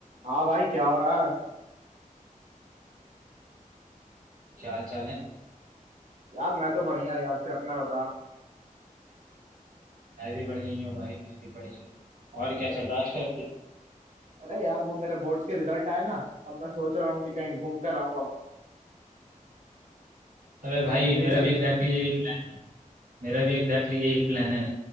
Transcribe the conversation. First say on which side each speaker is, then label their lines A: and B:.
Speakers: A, on the right (about 60°); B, on the right (about 85°).
A: हाँ भाई क्या हो रहा है
B: क्या हाल चाल है
A: यार मैं तो बढ़िया यार से अपना बता
B: मैं भी बढ़िया ही हूँ भाई मैं भी बढ़िया हूँ और क्या चल रहा है आजकल
A: अरे यार वो मेरे बोर्ड्स के रिजल्ट आए ना अब मैं सोच रहा हूँ कि कहीं घूम कर आऊँ अब
B: अबे भाई
A: कहीं
B: मेरा
A: चल
B: भी एग्जैक्टली exactly यही प्लान है मेरा भी एग्जैक्टली exactly यही प्लान है